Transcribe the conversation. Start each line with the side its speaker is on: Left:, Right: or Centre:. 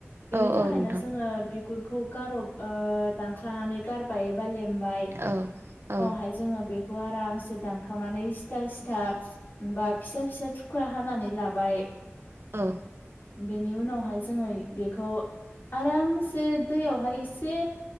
Left: बेनि
Right: औ
Left: थाखायनो
Right: औ नोंथां
Left: जोङो बिगुरखौ गारब ओ दानख्लानानै गारबाय एबा लेमबाय
Right: औ औ
Left: ओमफ्राय जोङो बेखौ आरामसे दानखावनानै सिथा सि बा फिसा फिसा थुख्रा हानानै लाबाय।
Right: औ
Left: बेनि उनावहाय जोङो बेखौ आरामसे दैयावहाय एसे